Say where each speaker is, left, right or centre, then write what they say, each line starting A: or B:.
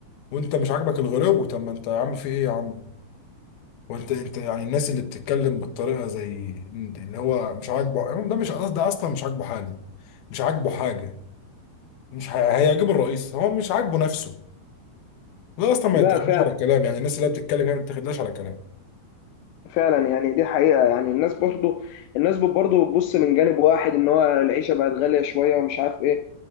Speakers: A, on the left; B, on the left.
A: وانت مش عاجبك الغلو طب ما انت يا عم في ايه يا عم وانت انت يعني الناس اللي بتتكلم بالطريقه زي اللي هو مش عاجبه امام ده مش ده اصلا مش عاجبه حاله مش عاجبه حاجه مش هي- هيعجب الرئيس هو مش عاجبه نفسه ده اصلا ما
B: ده
A: يتاخدوش
B: فعلا
A: على كلام يعني الناس اللي هي بتتكلم هي ما بتاخدلاش على كلام
B: فعلا يعني دي حقيقة يعني الناس برضو الناس برضو بتبص من جانب واحد ان هو العيشة بقت غالية شوية ومش عارف ايه